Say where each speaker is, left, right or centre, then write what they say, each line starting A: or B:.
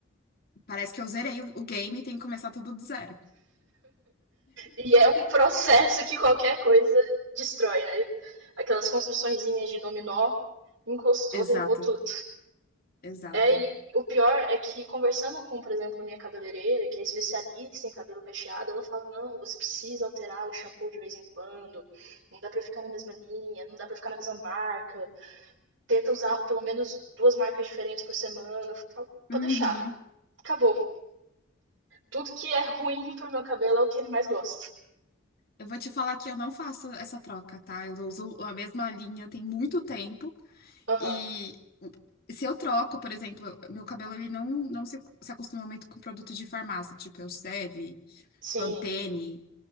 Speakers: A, on the left; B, on the right.
A: parece que eu zerei o o game e tem que começar tudo do zero.
B: E é um processo que qualquer coisa destrói, né? Aquelas construçõezinhas de dominó, encostou,
A: Exato,
B: derrubou tudo.
A: exato.
B: É, e o pior é que conversando com, por exemplo, a minha cabeleireira, que é especialista em cabelo cacheado, ela fala: "Não, você precisa alterar o shampoo de vez em quando. Não dá pra ficar na mesma linha, não dá pra ficar na mesma marca. Tenta usar pelo menos duas marcas diferentes por semana". Eu falo, Pode
A: Uhum.
B: deixar. Acabou. Tudo que é ruim pro meu cabelo é o que ele mais gosta.
A: Eu vou te falar que eu não faço essa troca, tá? Eu uso a mesma linha tem muito tempo
B: Aham.
A: e se eu troco, por exemplo, meu cabelo ele não, não se, se acostuma muito com produto de farmácia, tipo Elseve,
B: Sim.
A: Pantene.